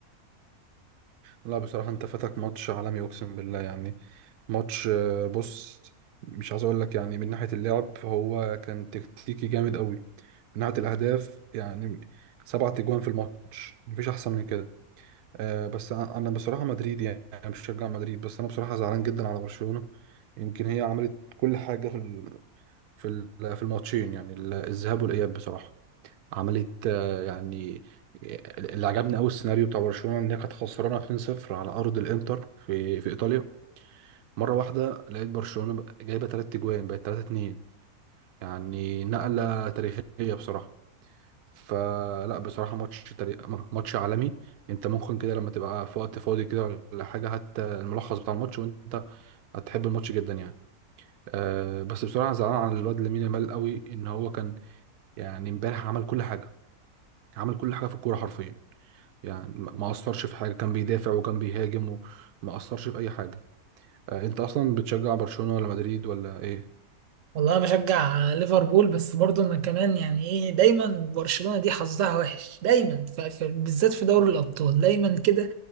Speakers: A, on the right; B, on the right.
A: لا بصراحة انت فاتك ماتش عالمي اقسم بالله يعني ماتش آه، بص مش عايز اقول لك يعني من ناحية اللعب هو كان تكتيكي جامد قوي من ناحية الاهداف يعني سبعة تجوان في الماتش مفيش احسن من كده آه، بس أ- انا بصراحة مدريد يعني أنا بشجع مدريد بس انا بصراحة زعلان جدا على برشلونة يمكن هي عملت كل حاجة في ال- في ال- في الماتشين يعني ال- الذهاب والاياب بصراحة عملت آه، يعني اللي عجبني قوي السيناريو بتاع برشلونه ان هي كانت خسرانه 2-0 على ارض الانتر في في ايطاليا مره واحده لقيت برشلونه بقى- جايبه 3 اجوان بقت 3-2 يعني نقله تاريخيه بصراحه فلا بصراحه ماتش تاري... ماتش عالمي انت ممكن كده لما تبقى في وقت فاضي كده ولا حاجه حتى الملخص بتاع الماتش وانت هتحب الماتش جدا يعني أه بس بصراحه زعلان على الواد لامين يامال قوي ان هو كان يعني امبارح عمل كل حاجه عمل كل حاجه في الكوره حرفيا يعني ما ما أثرش في حاجة كان بيدافع وكان بيهاجم وما أثرش في أي حاجة آه، أنت أصلا بتشجع برشلونة ولا مدريد ولا إيه؟
B: والله انا بشجع ليفربول بس برضه انا كمان يعني ايه دايما برشلونة دي حظها وحش دايما ف- ف- بالذات في دوري الابطال دايما كده